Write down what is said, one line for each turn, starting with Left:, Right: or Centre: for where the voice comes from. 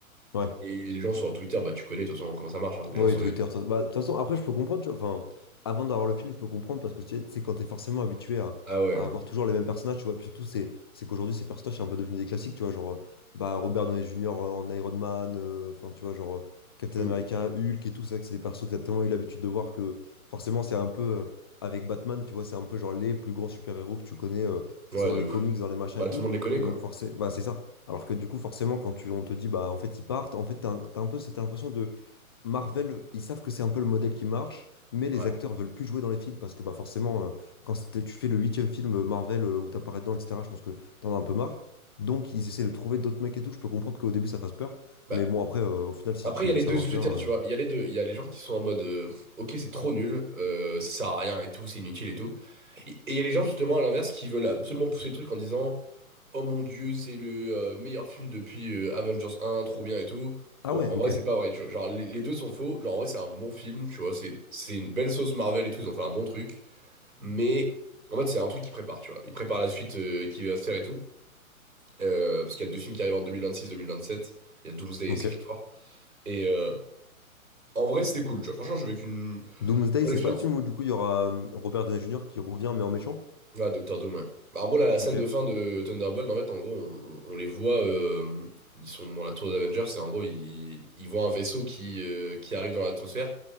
Left: ouais.
Right: Et les gens sur Twitter, bah tu connais de toute façon comment ça marche. hein. Les
Left: Oui,
Right: gens sont.
Left: Twitter. ça- bah, De toute façon, après, je peux comprendre, tu vois. Enfin, avant d'avoir le film, je peux comprendre parce que tu sais, tu sais, quand t'es forcément habitué à,
Right: Ah ouais.
Left: à
Right: non,
Left: avoir
Right: mais-
Left: toujours les mêmes personnages, tu vois. Puis surtout, c'est c'est qu'aujourd'hui, ces personnages sont un peu devenus des classiques, tu vois. Genre, euh, bah, Robert Downey Jr. en Iron Man, euh, enfin, tu vois, genre euh, Captain
Right: Hmm.
Left: America, Hulk et tout ça, que c'est des persos que t'as tellement eu l'habitude de voir que forcément, c'est un peu euh, avec Batman, tu vois, c'est un peu genre les plus grands super-héros que tu connais, euh, que
Right: Ouais,
Left: ce soit dans
Right: de
Left: les
Right: ouf.
Left: comics, dans les machins
Right: Bah
Left: et tout.
Right: tout le monde les connaît,
Left: Et
Right: quoi.
Left: donc, forcément, bah, c'est ça. Alors que du coup, forcément, quand tu, on te dit, bah, en fait, ils partent, en fait, t'as un t'as un peu cette impression Marvel, ils savent que c'est un peu le modèle qui marche, mais les
Right: Ouais.
Left: acteurs veulent plus jouer dans les films parce que bah forcément, euh, quand c'était- tu fais le huitième film euh, Marvel euh, où t'apparais dedans, etc., je pense que t'en as un peu marre. Donc ils essaient de trouver d'autres mecs et tout. Je peux comprendre qu'au début ça fasse peur,
Right: Bah.
Left: mais bon après, euh, au final, si
Right: Après,
Left: tu
Right: il y
Left: me
Right: a
Left: dis
Right: les
Left: que
Right: deux
Left: ça marche
Right: sur Twitter,
Left: bien, euh,
Right: tu vois. Il y a les deux. Il y a les gens qui sont en mode euh, Ok, c'est trop nul, euh, ça sert à rien et tout, c'est inutile et tout. Et et il y a les gens, justement, à l'inverse, qui veulent absolument pousser le truc en disant Oh mon Dieu, c'est le euh, meilleur film depuis euh, Avengers 1, trop bien et tout.
Left: ah
Right: Bon,
Left: ouais,
Right: en
Left: ok,
Right: vrai, c'est pas vrai, tu vois. Genre, les, les deux sont faux. Genre, en vrai, c'est un bon film, tu vois. C'est c'est une belle sauce Marvel et tout, ils ont fait un bon truc. Mais en fait, c'est un truc qu'il prépare, tu vois. Il prépare la suite euh, qui va se faire et tout. Euh, parce qu'il y a deux films qui arrivent en deux deux mille vingt-six-deux mille vingt six vingt sept Il y a Doomsday
Left: ok.
Right: et Secret War. Et euh, en vrai, c'était cool, tu vois. Franchement, j'ai vécu une
Left: Doomsday,
Right: bonne
Left: c'est
Right: expérience.
Left: pas le film où du coup il y aura euh, Robert Downey Jr. qui revient mais en méchant?
Right: Ouais, Docteur Doom, ouais. Bah, en gros, là, la
Left: Ok,
Right: scène de fin de Thunderbolt, en fait, en gros, on, on les voit. euh, ils sont dans la tour des Avengers. Et en gros, ils, ils voient un vaisseau qui, euh, qui arrive dans l'atmosphère.